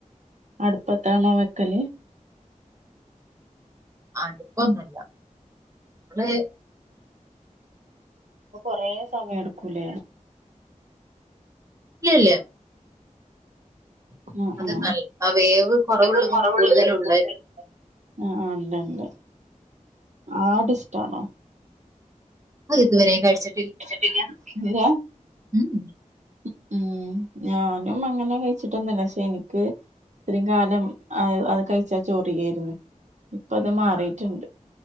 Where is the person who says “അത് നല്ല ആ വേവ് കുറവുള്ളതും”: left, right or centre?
Right